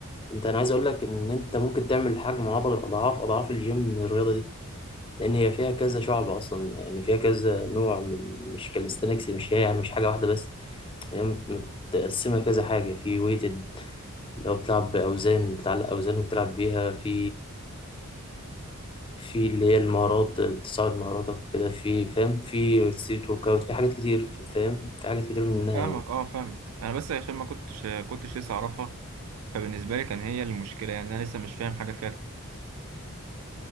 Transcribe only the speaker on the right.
فاهمك
اه فاهمك انا بس عشان ما كنتش كنتش لسه اعرفها فبالنسبه لي كان هي المشكله يعني انا لسه مش فاهم حاجه فيها